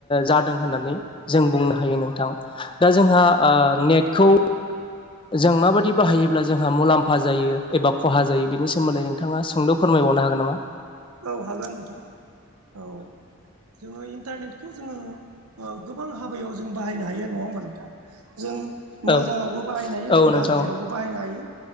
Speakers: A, on the left; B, on the right.
A: जादों होननानै जों बुंनो हायो नोंथां दा जोंहा ओ नेट खौ जों माबायदि बाहायोब्ला जोंहा मुलाम्फा जायो एबा खहा जायो बिनि सोमोन्दै नोंथाङा सोंद फोरमाय बावनो हागोन नामा?
B: औ हागोन नोंथां औ जोङो इन्टारनेट बेखौ जोङो ओ गोबां हाबायाव जों बाहायनो हायो नङा होमबा नोथां जों
A: औ
B: मोजाङावबो बाहायनो हायो
A: औ
B: जों
A: नोंथां
B: गाज्रियावबो बाहायनो हायो